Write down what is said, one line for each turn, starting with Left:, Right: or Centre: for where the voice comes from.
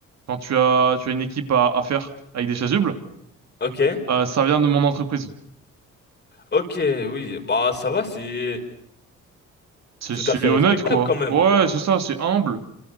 Right: quand tu as tu as une équipe à, à faire avec des chasubles,
Left: Ok,
Right: euh, ça vient de mon entreprise.
Left: ok, oui. Bah, ça va, c'est
Right: C'est
Left: tout
Right: c'est
Left: à fait
Right: honnête
Left: respectable
Right: quoi.
Left: quand même.
Right: Ouais, c'est ça, c'est humble.